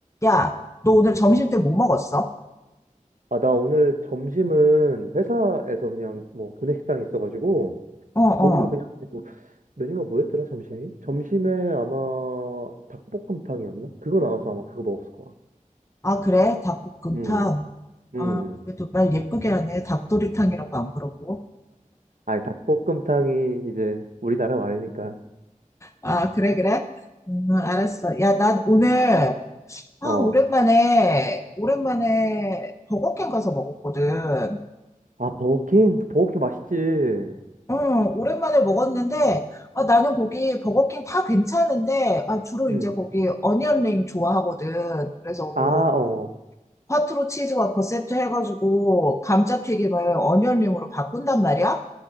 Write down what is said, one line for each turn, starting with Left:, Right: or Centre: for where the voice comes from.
Left: 야, 너 오늘 점심 때 뭐 먹었어?
Right: 아, 나 오늘 점심은 회사에서 그냥 뭐 구내식당이 있어가지고
Left: 어, 어.
Right: 거기서 그냥 이제 뭐 메뉴가 뭐였더라 점심이? 점심에 아마 닭볶음탕이었나? 그거 나와서 아마 그거 먹었을 거야.
Left: 아, 그래? 닭볶음탕.
Right: 음, 음.
Left: 아, 그래도 말 예쁘게 하네. 닭도리탕이라고 안 그러고.
Right: 아니 닭볶음탕이 이제 우리나라 말이니까.
Left: 아, 그래, 그래? 음, 알았어. 야, 난 오늘, 아,
Right: 어.
Left: 오랜만에, 오랜만에 버거킹 가서 먹었거든.
Right: 아 버거킹? 버거킹 맛있지.
Left: 응, 오랜만에 먹었는데, 아, 나는 거기 버거킹 다 괜찮은데, 아, 주로
Right: 음.
Left: 이제 거기 어니언링 좋아하거든. 그래서
Right: 아,
Left: 뭐,
Right: 어.
Left: 화투로 치즈와 버셉트 해가지고 감자튀김을 어니언링으로 바꾼단 말이야?